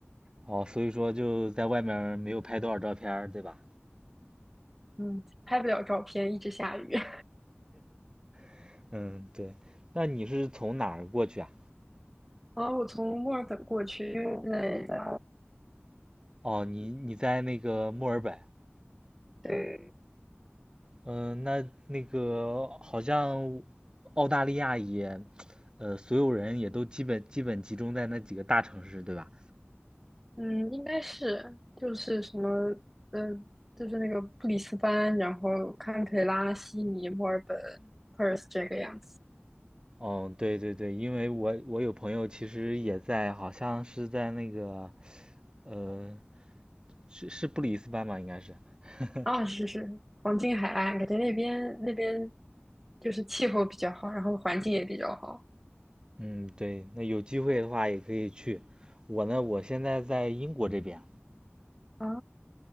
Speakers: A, on the right; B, in the centre.
A: 哦，所以说就在外面儿没有拍多少照片儿对吧？
B: <laughs> 嗯，拍不了照片，一直下雨。<laughs>
A: <laughs> 嗯，对。那你是从哪儿过去啊？
B: 然后我从墨尔本过去，因为我在
A: 哦，你你在那个墨尔本。
B: 对
A: 嗯，那那个好像澳大利亚也，呃，所有人也都基本基本集中在那几个大城市，对吧？
B: 嗯，应该是就是什么，呃，就是那个布里斯班，然后堪培拉、悉尼、墨尔本、Perth 这个样子。
A: 嗯，对对对，因为我我有朋友其实也在，好像是在那个，呃，是是布里斯班吧，应该是。<laughs>
B: 啊、是是，黄金海岸，感觉那边那边就是气候比较好，然后环境也比较好。
A: 嗯，对，那有机会的话也可以去。我呢，我现在在英国这边，
B: 啊，